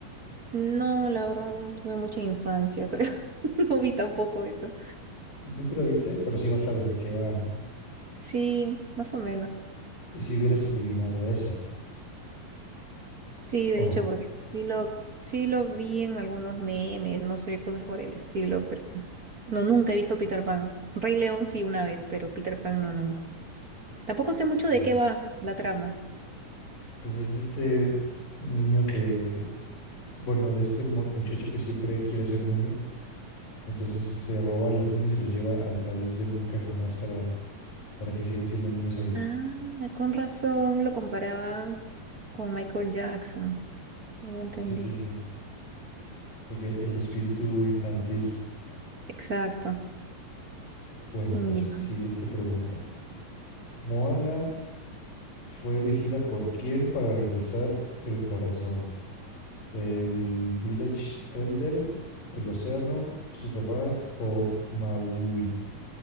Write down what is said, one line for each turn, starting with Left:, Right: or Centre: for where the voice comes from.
Right: No, la verdad no tuve mucha infancia, creo. <laughs> No vi tampoco eso.
Left: Nunca la viste, pero sí vas sabes de qué va, ¿no?
Right: Sí, más o menos.
Left: Y si hubieras adivinado esa,
Right: Sí, de
Left: ¿o no?
Right: hecho, porque sí lo, sí lo vi en algunos memes, no sé, cosas por el estilo, pero no, nunca he visto Peter Pan. Rey León sí una vez, pero Peter Pan no nunca. Tampoco sé mucho de
Left: Ok.
Right: qué va la trama.
Left: Pues es de este niño que, bueno, de este mu- muchacho que siempre quiere ser niño, entonces se roba a los niños y los lleva al país del nunca jamás para, para que sigan siendo niños ahí.
Right: Ah, con razón lo comparaban con Michael Jackson. Ya entendí.
Left: Así, sí, sí. De que el espíritu infantil.
Right: Exacto.
Left: Bueno,
Right: mm,
Left: pues
Right: Ya,
Left: siguiente pregunta. Moana fue elegida por quién para regresar el corazón. El Village Elder, El Océano, Sus Papás o Maui.